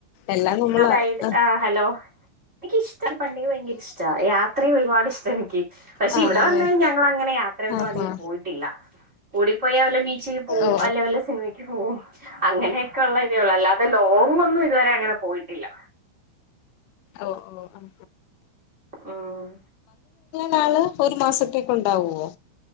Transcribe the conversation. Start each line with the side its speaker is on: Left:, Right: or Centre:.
Left: എല്ലാം നമ്മൾ
Right: ഹ ഗെയ്ഡ്
Left: ആഹ്
Right: ആ ഹലോ എനിക്ക് ഇഷ്ട പണ്ടേ ഭയങ്കര ഇഷ്ട യാത്രയും ഒരുപാട്ഷ് നിക്ക് പക്ഷെ
Left: ആഹ്
Right: ഇവിടെ
Left: ആണല്ലേ
Right: വന്ന ഞങ്ങൾ അങ്ങനെ യാത്രയൊന്നും
Left: ആഹാ
Right: അധികം പോയിട്ടില്ല കൂടിപോയാൽ വ ബീച്ചിൽ പോകും
Left: ഓ
Right: അല്ല വല്ല സിനമ ക്കു പോകും അങ്ങനെയൊക്കെ ഉള്ള ഇതേ ഉള്ളൂ അല്ലാതെ ലോങ് ഒന്നും ഇതുവരെ അങ്ങനെ പോയി ട്ടില്ല
Left: ഓ ഓ ആഹ
Right: ആഹ്
Left: നാള് ഒരു മാസത്തേക്ക ഉണ്ടാവുമോ